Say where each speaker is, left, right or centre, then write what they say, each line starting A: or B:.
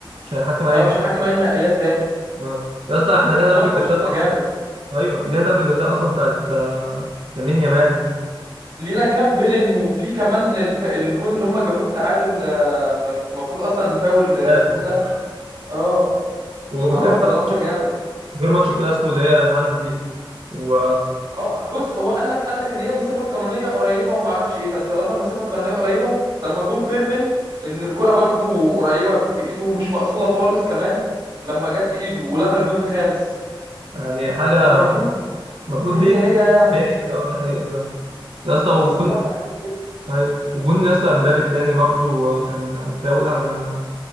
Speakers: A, on the right; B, on the right.
A: مش هيحكم اي
B: اه مش هيحكم اي نهائيات تاني
A: اه يا اسطى احنا لينا ضربة
B: ظلم
A: جزاء
B: برشلونه جامد
A: اصلا ايوه لينا ضربة جزاء اصلا بتاعت آه، لامين يامال دي
B: لينا كام بيلين وفي كمان الف... الجون اللي هم جابوه التعادل آه، م- المفروض اصلا فاول آه،
A: آه،
B: اسمه إيه ده اه
A: وغير
B: حرام
A: بقى
B: ظلمنا
A: ماتش-
B: جامد
A: غير ماتش الكلاسيكو اللي هي هاندي و
B: اه بص هو قال لك قال لك ان هي المسافه القانونيه قريبه وما اعرفش ايه طب طالما المسافه القانونيه قريبه طب ما جون فيرمين ان الكره برضو قريبه في ايده ومش مقصوده خالص كمان لما جت في ايده ولغى الجون الخامس
A: يعني حاجة
B: كان المفروض
A: المفروض
B: هي
A: دي
B: هي يعني
A: هي هي اه دي حقيقة فعلا يا اسطى وجون
B: بس هو التحكيم كده
A: ايوه وجون يا اسطى امبابي التاني برضو آه، كان فاول على